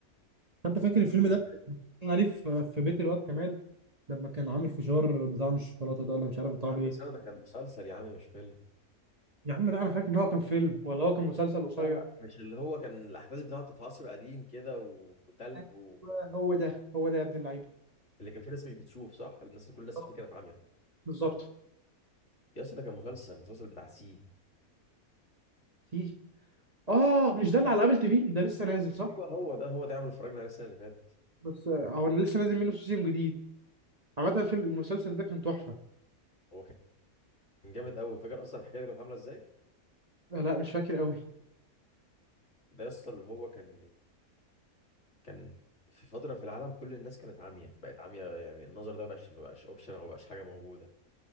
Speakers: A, on the right (about 30°); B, on the left (about 50°).
A: فانت فاكر الفيلم
B: ده كان
A: ده كان عليه في في بيت الواد كمال لما كان عامل فشار بطعم الشوكولاته ده ولا مش عارف بطعم
B: يا عم
A: ايه
B: بس انا ده كان مسلسل يا عم مش فيلم
A: يا عم لا انا فاكر ان هو كان فيلم ولا هو كان مسلسل قصير
B: لا لا مش اللي هو كان الأحداث بتاعته في عصر قديم كده و- وتلج
A: أيوة،
B: و...
A: هو ده هو ده يا ابن اللعيبه
B: اللي كان فيه ناس مش بتشوف صح الناس كل الناس
A: آه،
B: اللي فيه كانت عاميه
A: بالظبط
B: يا اسطى ده كان مسلسل مسلسل بتاع سي
A: في اه مش ده اللي على ابل تي في ده لسه نازل صح
B: يبقى هو ده هو ده عمل اتفرجنا عليه السنة اللي فاتت
A: بس هو انا لسه نازل منه سيزون جديد عامة الفيلم المسلسل ده كان تحفة
B: هو كان جامد قوي فاكر اصلا الحكايه دي كانت عامله ازاي
A: آه، لا مش فاكر قوي
B: ده يا اسطى اللي هو كان كان في فتره في العالم كل الناس كانت عاميه بقت عاميه يعني النظر ده مبقاش مبقاش اوبشن او مبقاش حاجه موجوده